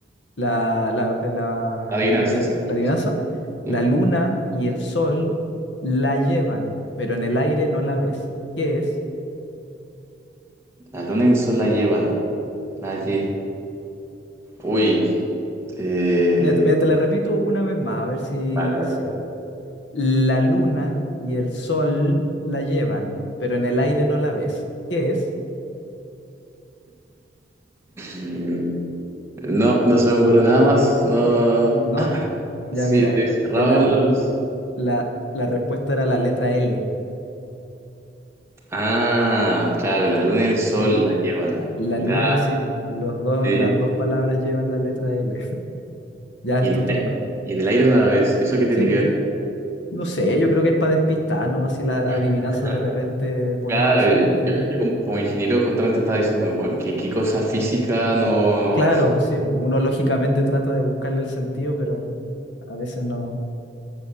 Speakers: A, on the left; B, on the right.
A: la, la, la,
B: La adivinanza,
A: la adi-
B: sí.
A: la adivinanza,
B: sí, sí. Bien.
A: la luna y el sol la llevan, pero en el aire no la ves. ¿Qué es?
B: La luna y el sol la llevan. La lle... Uy. eh,
A: Mira, te mira, te la repito una vez más, a ver si,
B: Vale, vale.
A: si... La luna y el sol la llevan, pero en el aire no la ves. ¿Qué es?
B: Mm, No, no se me ocurre nada más. No.
A: ¿No?
B: Ah,
A: Ya
B: Sí,
A: mira,
B: estoy
A: eh, eh,
B: cerrado
A: eh, la,
B: en la luz.
A: la, la respuesta era la letra L.
B: Ah, claro, la luna y el sol
A: Sí, po.
B: la llevan.
A: La
B: Ya.
A: luna, sí, po. Los dos,
B: sí.
A: las dos palabras llevan la letra L. <laughs> Ya
B: Y
A: es
B: en
A: tu
B: el
A: turno.
B: aire, y en el aire nada vez, ¿eso qué tiene
A: Sí,
B: que
A: po.
B: ver?
A: No sé, yo creo que es para despistar nomás si las adivinanzas
B: <laughs>
A: de repente ponen
B: Claro,
A: cosas
B: yo,
A: igual que no.
B: yo como, como ingeniero justamente estaba diciendo, bueno, ¿qué, qué cosa física no...
A: Claro,
B: <laughs>
A: pues sí, pues, uno lógicamente trata de buscarle el sentido, pero a veces no.